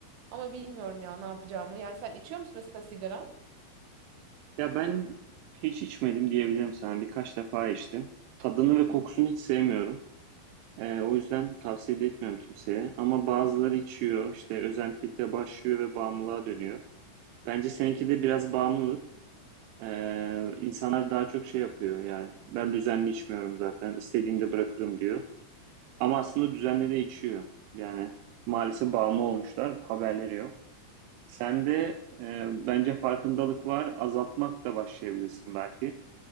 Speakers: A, on the right (about 65°); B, on the right (about 80°).
A: Ama bilmiyorum ya ne yapacağımı. Yani sen içiyor musun mesela sigara?
B: Ya ben hiç içmedim diyebilirim sana. Birkaç defa içtim. Tadını ve kokusunu
A: Hı
B: hiç sevmiyorum. Ee, o yüzden tavsiye de etmiyorum kimseye. Ama bazıları içiyor, işte özentilikle başlıyor ve bağımlılığa dönüyor. Bence seninki de biraz bağımlılık. Ee, insanlar daha çok şey yapıyor. Yani ben düzenli içmiyorum zaten. İstediğimde bırakırım diyor. Ama aslında düzenli de içiyor. Yani maalesef bağımlı olmuşlar. Haberleri yok. Sende e, bence farkındalık var. Azaltmak da başlayabilirsin belki.